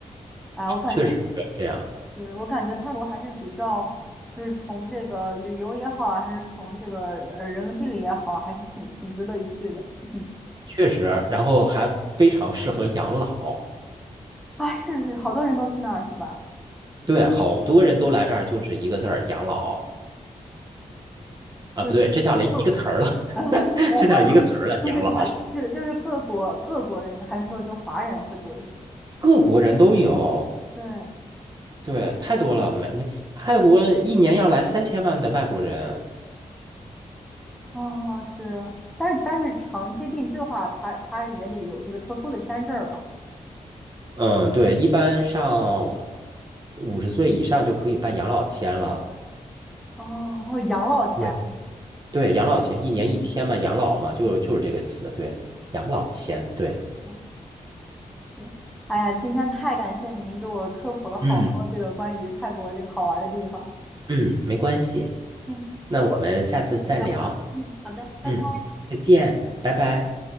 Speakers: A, in the centre; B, on the right (about 30°).
A: 哎，我感，
B: 确实是这样。
A: 对，我感觉泰国还是比较，就是从这个旅游也好啊，还是从这个呃人文地理也好，还是挺挺值得一去的。<laughs> 嗯，
B: 确实，然后还非常适合养老。
A: 啊，是是，好多人都去那儿是吧？
B: 对，好多人都来这儿就是一个字儿养老啊，
A: 就是就
B: 不对，这叫了一个词儿了，
A: <laughs>
B: <laughs> 这叫一个词儿了，
A: 不是不是，
B: 养老。
A: 就是就是各国各国人民还是说就是华人会多一些？
B: 各国人都有，
A: 对，
B: 对，太多了。每泰国一年要来三千万的外国人，
A: 哦是，但是但是长期定居的话，他他也得有这个特殊的签证儿吧？
B: 嗯，对，一般上五十岁以上就可以办养老签了。
A: 哦，还有养老钱。
B: 对对，养老签一年一千嘛，养老嘛，就就是这个词，对，养老签，对，
A: 嗯对哎呀，今天太感谢您给我科普了好多这个关于泰国这个好玩儿的地方。
B: 嗯嗯，没关系。
A: 嗯，
B: 那我们下次再聊。
A: 就这样吧嗯，好的，拜拜。
B: 嗯，再见，拜拜。